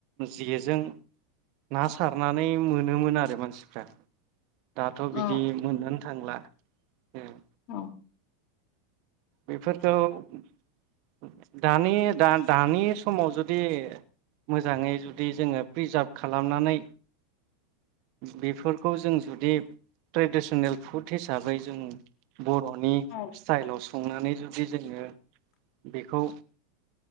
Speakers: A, on the right (about 55°); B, on the left (about 50°).
A: जेजों ना सारनानै मोनोमोन आरो मानसिफ्रा। दाथ' बिदि
B: औ
A: मोननोनो थांला। उम
B: औ
A: बेफोरखौ <unintelligible> दानि दा दानि समाव जुदि मोजाङै जुदि जोङो प्रिजार्भ खालामनानै बेफोरखौ जों जुदि ट्रेडिसनेल फुड हिसाबै जों बर'नि
B: औ
A: सिथिइलाव सं नानै जुदि जोङो बेखौ